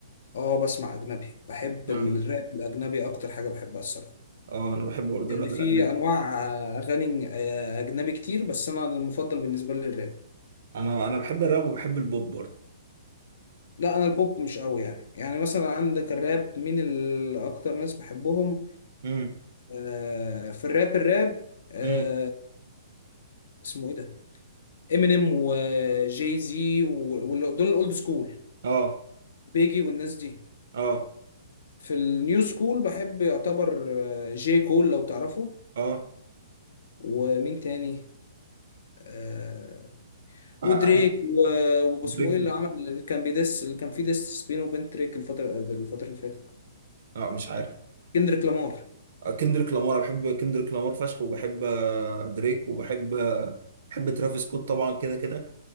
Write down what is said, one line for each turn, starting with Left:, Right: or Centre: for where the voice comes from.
Left: اه بسمع اجنبي بحب
Right: بتسمع
Left: الراب
Right: مين
Left: الاجنبي اكتر حاجة بحبها الصراحة
Right: اه انا بحب برضه
Left: يعني
Right: الراب
Left: في
Right: الاجنبي
Left: انواع آه، اغاني آه، اجنبي كتير بس انا المفضل بالنسبة لي الراب
Right: انا انا بحب الراب وبحب البوب برضه
Left: لا انا البوب مش قوي يعني يعني مثلا عندك الراب مين ال- اكتر ناس بحبهم
Right: مم.
Left: آه في الراب الراب آه
Right: امم
Left: اسمه ايه ده امينيم وجاي زي و- وال- دول الاولد سكول
Right: اه
Left: بيجي والناس دي
Right: اه
Left: في النيو سكول بحب يعتبر آه، جي كول لو تعرفه
Right: اه
Left: ومين تاني آه ودريك
Right: آه، انا
Left: و- واسمه
Right: دريك
Left: ايه اللي عمل اللي كان بيدس اللي كان فيه ديس بينه وبين دريك الفترة الفترة اللي فاتت
Right: اه مش عارف
Left: كندريك لامار
Right: آه، كندريك لامار أنا بحب كندريك لامار فشخ وبحب آه، دريك وبحب آه، بحب ترافيس سكوت طبعا كده كده